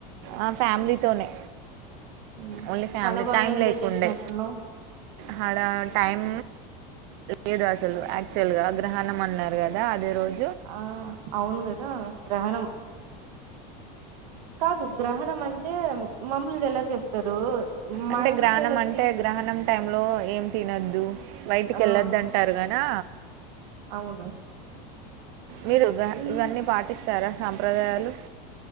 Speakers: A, on the right (about 45°); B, on the right (about 70°).
A: ఆ ఫ్యామిలీతోనే
B: హ్మ్.
A: ఓన్లీ ఫ్యామిలీ
B: చాలా బాగా
A: టైం
B: ఎంజాయ్
A: లేకుండే
B: చేసినట్టున్నావ్
A: హడా టైం లేదు అసలు యాక్చువల్ గా గ్రహణం అన్నారు కదా అదే రోజు
B: ఆ అవును కదా గ్రహణం కాదు గ్రహణం అంటే మామూలుగాఎలా చేస్తారు మా
A: అంటే
B: ఇంటి
A: గ్రహణం
B: సైడ్ వచ్చేసి
A: అంటే గ్రహణం టైమ్ లో ఏం తినొద్దు బయటికి
B: ఆ
A: వెళ్ళొదు అంటారు కదా
B: అవును
A: మీరు
B: హ్మ్.
A: ఇవన్నీ పాటిస్త స్తారా సాంప్రదాయాలు